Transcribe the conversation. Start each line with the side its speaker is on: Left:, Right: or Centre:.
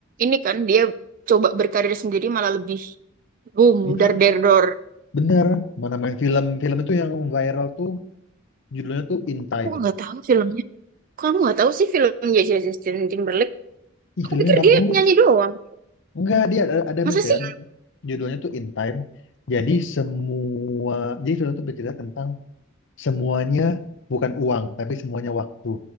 Right: ini kan dia coba berkarir sendiri malah lebih boom
Left: Dia
Right: dar der dor.
Left: bener mana main film film itu yang viral tuh judulnya tuh In Time.
Right: Aku nggak tahu filmnya. Kamu nggak tahu sih filmnya Justin Timberlake?
Left: Ih
Right: Aku
Left: filmnya
Right: pikir
Left: bagus.
Right: dia penyanyi doang.
Left: Enggak dia ada, ada
Right: Masa
Left: main
Right: sih?
Left: film judulnya tuh In Time. Jadi semua jadi film itu bercerita tentang semuanya bukan uang tapi semuanya waktu.